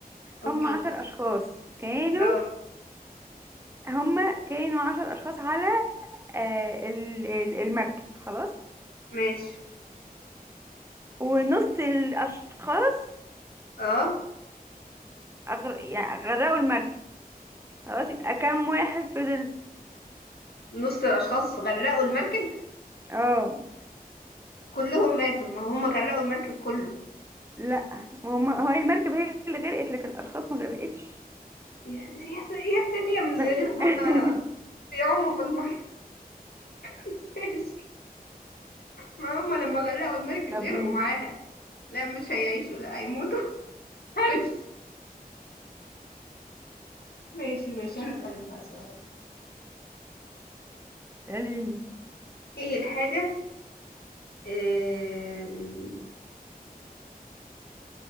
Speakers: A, on the left; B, on the right.
A: اوكي
B: هم عشر اشخاص كانوا
A: اه
B: هما كانوا عشر أشخاص على آه، ال- ال- المركب خلاص
A: ماشي
B: ونص الأشخاص
A: اه
B: أغر... يعني غرقوا المركب خلاص يبقى كام واحد فضل
A: نص الاشخاص غرقوا المركب
B: اه
A: كلهم ماتوا ما هم غرقوا المركب كله
B: لا هما هو المركب هي اللي غرقت لكن الأشخاص ما غرقتش
A: يا يا س- يا سلام من
B: <laughs>
A: غير ما بيعوموا في الميه <laughs> ماشي ما هم لما غرقوا المركب
B: طب
A: غرقوا
B: ماشي
A: معاها لا مش هيعيشوا لا هيموتوا <laughs> معلش ماشي ماشي انا اسالك بقى سؤال
B: قاليني
A: ايه الحاجة آم،